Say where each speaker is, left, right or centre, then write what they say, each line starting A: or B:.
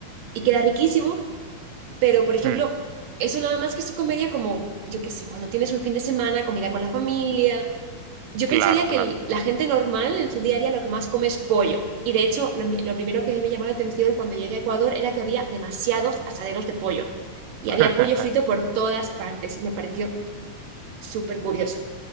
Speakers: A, on the right; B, on the right.
A: y queda riquísimo pero, por ejemplo,
B: Mm,
A: eso nada más que se comería como, yo qué sé, cuando tienes un fin de semana, comida con la familia. Yo
B: claro,
A: pensaría que
B: claro.
A: el- la gente normal en su día a día lo que más come es pollo. Y de hecho, lo, mi- lo primero que a mí me llamó la atención cuando llegué a Ecuador era que había demasiados asaderos de pollo. Y
B: <laughs>
A: había pollo frito por todas partes. Y me pareció súper curioso.